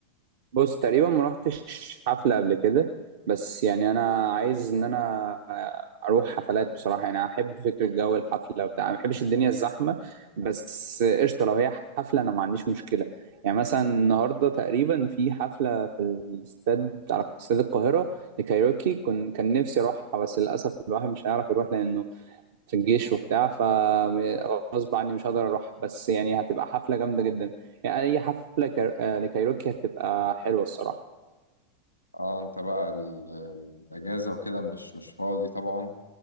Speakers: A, on the right; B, on the left.
A: بص تقريبا ما رحتش حفلة قبل كده بس يعني انا عايز ان انا اروح حفلات بصراحة يعني احب فكرة جو الحفلة وبتاع ما بحبش الدنيا الزحمة بس قشطة لو هي حفلة انا ما عنديش مشكلة يعني مثلا النهاردة تقريبا في حفلة في الاستاد بتاع استاد القاهرة لكايروكي كن كان نفسي اروحها بس للاسف الواحد مش هيعرف يروح لانه في الجيش وبتاع فغصب عني مش هقدر اروح بس يعني هتبقى حفلة جامدة جدا يعني اي حفلة كار... آه، لكايروكي هتبقى حلوة الصراحة
B: اه انت بقى ال... الاجازة وكده مش مش فاضي طبعا